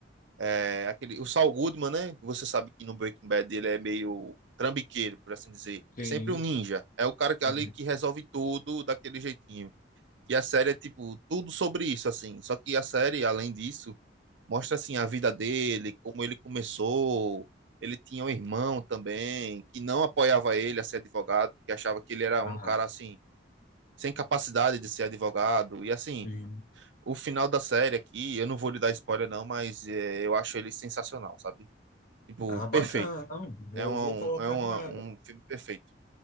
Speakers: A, on the right; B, on the left.
A: É aquele. O Saul Goodman, né? Você sabe que no Breaking Bad ele é meio trambiqueiro, por assim dizer.
B: Sim.
A: É sempre um ninja. É o cara que
B: entendi.
A: ali que resolve tudo daquele jeitinho. E a série é, tipo, tudo sobre isso, assim. Só que a série, além disso. Mostra assim a vida dele, como ele começou. Ele tinha um irmão também que não apoiava ele a ser advogado, porque achava que ele era um
B: Ah,
A: cara assim sem capacidade de ser advogado. E assim,
B: sim.
A: o final da série aqui, eu não vou lhe dar spoiler não, mas é, eu acho ele sensacional, sabe? Tipo,
B: Ah, bacana,
A: perfeito.
B: não. Vou,
A: É um,
B: vou colocar
A: é um,
B: para
A: um filme perfeito.